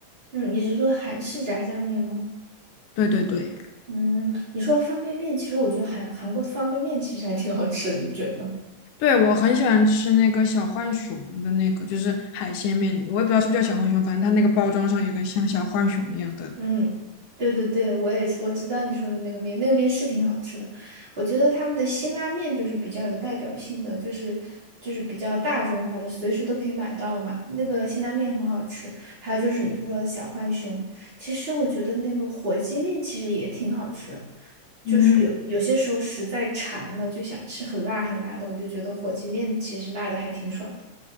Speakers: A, on the right (about 20°); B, on the left (about 80°).
A: 嗯，你是说韩式炸酱面吗？
B: 对对对，
A: 嗯，你说方便面，其实我觉得韩韩国的方便面其实还挺好吃的，你不觉得吗？
B: 对我很喜欢吃那个小浣熊的那个，就是海鲜面，我也不知道是不是叫小浣熊，反正它那个包装上有个像小浣熊一样的。
A: 嗯，对对对，我也我知道你说的那个面，那个面是挺好吃的。我觉得他们的辛拉面就是比较有代表性的，就是就是比较大众化的，随时都可以买到嘛。那个辛拉面很好吃，还有就是你说说的小浣熊，其实我觉得那个火鸡面其实也挺好吃，就是有有些时候实在馋了，
B: 嗯。
A: 就想吃很辣很辣的，我就觉得火鸡面其实辣的还挺爽的。